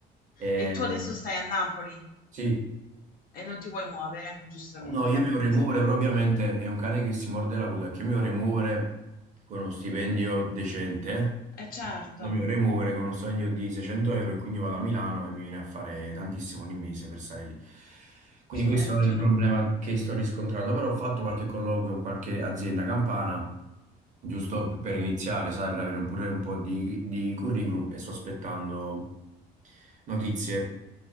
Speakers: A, on the right; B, on the left.
A: eh,
B: E tu adesso stai a Napoli
A: sì,
B: e non ti vuoi muovere, giustamente.
A: No, io mi vorrei muovere, però ovviamente è un cane che si morde la coda, che io mi vorrei muovere con uno stipendio decente,
B: Eh certo,
A: non mi vorrei muovere con uno stipendio di 600 euro e quindi vado a Milano e mi viene a fare tantissimo ogni mese per stare lì. Quindi
B: sì,
A: questo
B: hai ragione.
A: è il problema che sto riscontrando, però ho fatto qualche colloquio con qualche azienda campana, giusto per iniziare, sai, per avere un- pure un po' di, di curriculum e sto aspettando notizie.